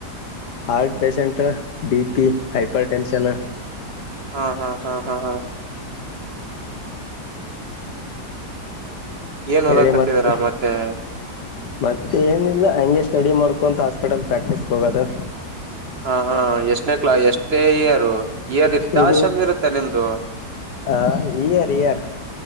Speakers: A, on the left; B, on the right.
A: heart patient B P hypertension
B: ಹಾ ಹಾ ಹಾ ಹಾ ಹಾ ಏನ್
A: ಹೇಳಿ
B: ಓದಾಕತ್ತಿದಾರ
A: ಮತ್ತ
B: ಮತ್ತೆ
A: ಮತ್ತೆ ಏನಿಲ್ಲ ಹಗೆ ಸ್ಟಡಿ ಮಾಡ್ಕ ಕೊಂತ ಹಾಸ್ಪಿಟಲ್ ಪ್ರಾಕ್ಟೀಸ್ಗೆ ಹೋಗೋದು
B: ಹ ಹಾ ಎಷ್ಟನೇ ಕ್ಲಾ ಎಷ್ಟನೇ ಇಯರ್ ಇಯರ್ ಇರ್ತಾ
A: ಇದು
B: ಶಮ್ ಇರುತ್ತೆ ನಿಮ್ದು
A: ಆ ಇಯರ್ ಇಯರ್